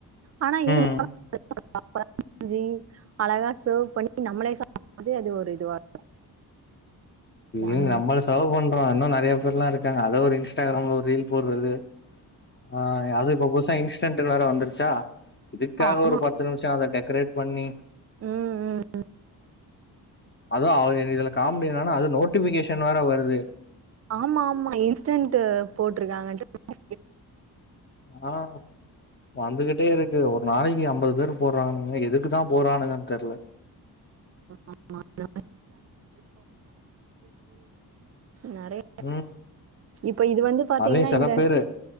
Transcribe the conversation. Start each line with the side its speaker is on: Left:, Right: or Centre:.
Right: ஆனா இரு
Left: ம்
Right: அப்றோ சென்ஞ்சு அழகா சர்வ் பண்ணி நம்மளே சாப்பிடும்போது அது ஒரு இதுவாக இருக்கு
Left: ஏங்க
Right: அந்த
Left: நம்மள
Right: மாதிரி.
Left: சவ் பண் அப்றோ இன்னு நெறய பேர்லா இருக்காங்க அத ஒரு இன்ஸ்டாகிராம்ல ஒரு ரீல் போடுறது ஆ அது இப்ப புதுசா இன்ஸ்டன்ட் வேற வந்துருச்சா இதுக்காக
Right: ஆமா
Left: ஒரு பத்து நிமிஷோ அத டெக்கரேட் பண்ணி
Right: ம் ம்
Left: அது அவ் இதுல காமடி என்னனா அது நோட்டிபிகேஷன் வேர வருது
Right: ஆமா ஆமா இன்ஸ்டன்டு போட்ருக்காங்கன்ட்டு
Left: ஆ வந்துகிட்டே இருக்கு ஒரு நாளைக்கு ஐம்பது பேர் போறானுங்க எதுக்கு தா போறானுங்கன் தெர்ல
Right: <unintelligible> நெறைய
Left: ம்
Right: இப்ப இது வந்து பாத்தீங்கன்னா
Left: அதுலயு சில
Right: இந்த
Left: பேரு